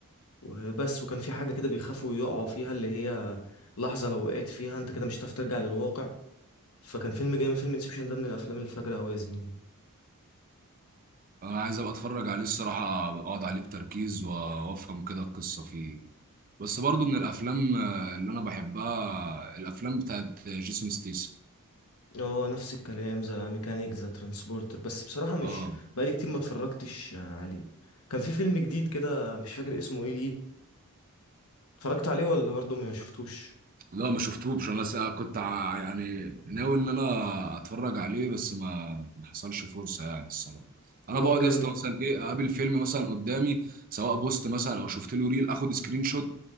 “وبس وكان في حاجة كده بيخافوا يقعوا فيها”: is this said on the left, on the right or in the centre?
Left